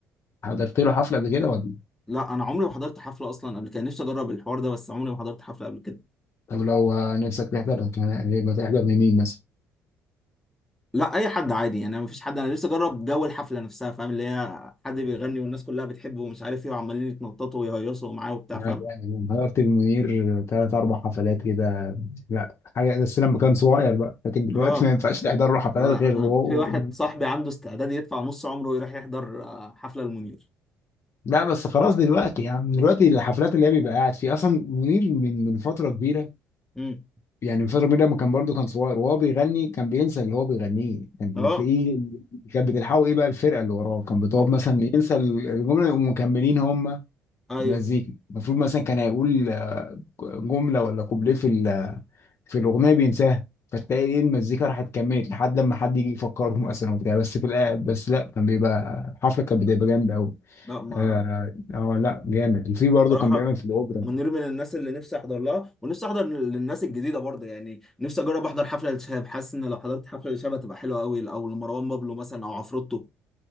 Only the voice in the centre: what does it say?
لا انا عمري ما حضرت حفله اصلا قبل كده نفسي اجرب الحوار ده بس عمري ما حضرت حفله قبل كده
لا اي حد عادي يعني ما فيش حد انا نفسي اجرب جو الحفله نفسها فاهم اللي هي حد بيغني والناس كلها بتحبه ومش عارف ايه وعمالين يتنططوا ويهيصوا معاه وبتاع
فاهم
اه
أنا- أنا
في واحد صاحبي عنده استعداد يدفع نص عمره ويروح يحضر آه، حفله المنير
امم
اه
ما-
ايوه
لا ما
صراحة
منير من الناس اللي نفسي احضر لها ونفسي احضر للناس الجديده برضه يعني نفسي اجرب احضر حفله لشهاب حاسس ان لو حضرت حفله لشهاب هتبقى حلوه قوي او لمروان بابلو مثلا او عفروتو